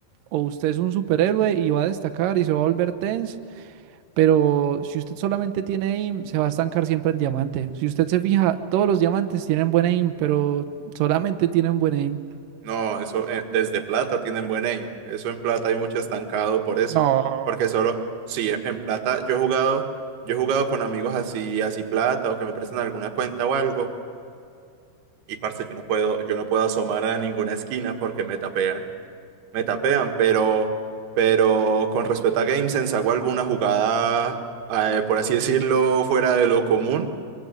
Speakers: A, on the right; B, on the right.
A: o usted es un superhéroe y va a destacar y se va a volver tense, pero si usted solamente tiene aim, se va a estancar siempre en diamante. Si usted se fija, todos los diamantes tienen buen aim, pero solamente tienen buen aim.
B: No, eso eh, desde plata tienen buen aim. Eso en plata hay mucho estancado por eso.
A: No.
B: Porque solo, sí, en en plata yo he jugado, yo he jugado con amigos así, así plata o que me prestan alguna cuenta o algo. Y parce, yo no puedo, yo no puedo asomar a ninguna esquina porque me tapean. Me tapean, pero, pero con respecto a GameSense, ¿hago alguna jugada, eh, por así decirlo, fuera de lo común?